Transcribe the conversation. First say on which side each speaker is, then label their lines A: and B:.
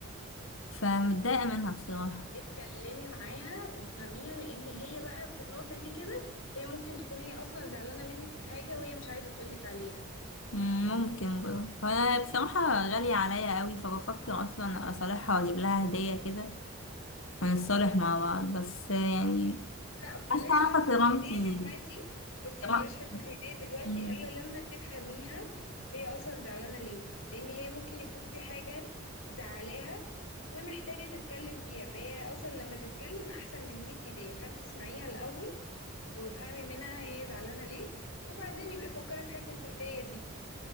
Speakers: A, on the left; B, on the left.
A: فمتضايقة منها بصراحة
B: اتكلمي معاها وافهميها لان هي بقى في النقطة دي كده هي ممكن تكون هي اصلا زعلانة منك في حاجة وهي مش عايزة تقولك عليها
A: مم، ممكن برضه وانا بصراحة غالية عليا قوي فبفكر اصلا اصالحها واجيب لها هدية كده ونتصالح مع بعض بس يعني
B: لا بلاش
A: حاسة عارفة
B: حتة
A: كرامتي
B: الهدية دلوقتي بصي
A: كرا-
B: بلاش حتة الهدية دلوقتي
A: مم.
B: الا لما تفهميها هي اصلا زعلانة ليه لان هي ممكن يكون في حاجة مزعلاها ومحتاجة تتكلم فيها فهي اصلا لما تتكلم احسن من 100 هدية فانت اسمعيها الاول وافهمي منها هي زعلانة ليه وبعدين يبقى فكري في حتة الهدية دي